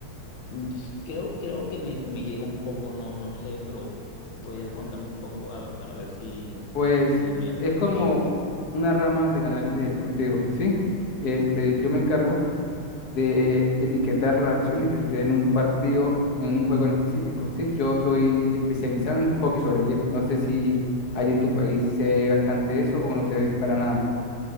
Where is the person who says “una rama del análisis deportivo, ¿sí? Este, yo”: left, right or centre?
Left